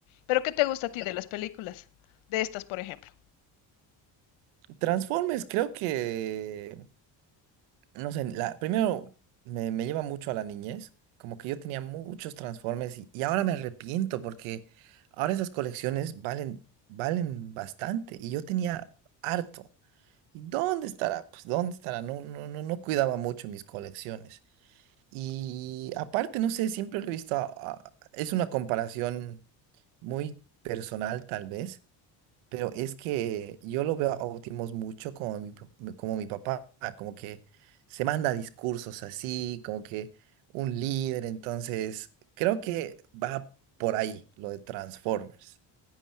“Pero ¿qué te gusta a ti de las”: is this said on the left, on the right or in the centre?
Left